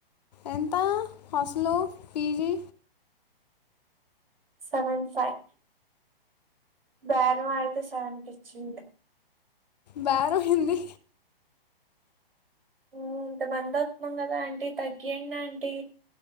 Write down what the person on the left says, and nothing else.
ఎంత <unintelligible> పీజీ
బ్యారం ఏంది